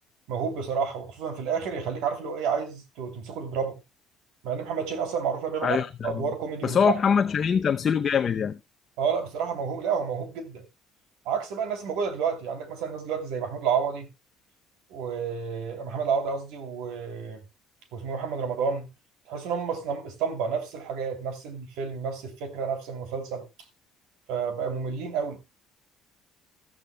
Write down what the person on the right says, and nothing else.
موهوب بصراحه وخصوصا في الاخر يخليك عارف لو ايه عايز ت- تمسكه تضربه مع ان محمد شين اصلا معروف انه بيعمل
ادوار كوميدي
وبتاع
اه لا بصراحه موهوب لا هو موهوب جدا عكس بقى الناس الموجوده دلوقتي عندك مثلا ناس دلوقتي زي محمود العوضي ومحمد العوضي قصدي و... واسمه إيه، محمد رمضان تحس ان هم اسطم- اسطمبة نفس الحاجات نفس الفيلم نفس الفكرة نفس المسلسل فبقى مملين قوي